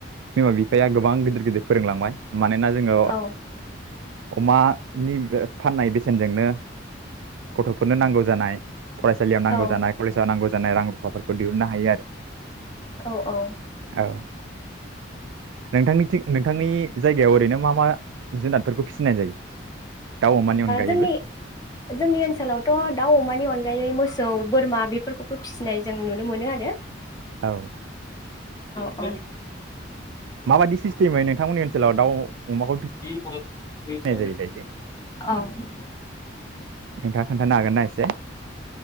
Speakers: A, on the right; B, on the left.
A: बिमा बिफाया गोबां गिदिर गिदिर फोरोंलांबाय मानोना जोङो
B: औ
A: अमानि फाननाय बेसेनजोंनो गथ'फोरनो नांगौ जानाय फरायसालियाव नांगौ
B: औ
A: जानाय कलेजाव नांगौ जानाय। जानाय रां रुफाफोरखौ दिहुननो हायो आरो
B: औ औ
A: औ नोंथांनि नोंथांनि जायगायाव ओरैनो मा मा जुनादफोरखौ फिसिनाय जायो दाउ अमानि अनगायैबो
B: जोंनि जोंनि ओनसोलावथ' दाउ अमानि अनगायै मोसौ सौ बोरमा बेफोरखौबो फिसिनाय जों नुनो मोनो आरो।
A: औ
B: औ
A: माबायदि सिस्टेमै नोंथांमोननि ओनसोलाव दाउ अमाखौ
B: <unintelligible>
A: फिसिनाय जायो दायो
B: औ
A: नोंथाङा हागोन ना एसे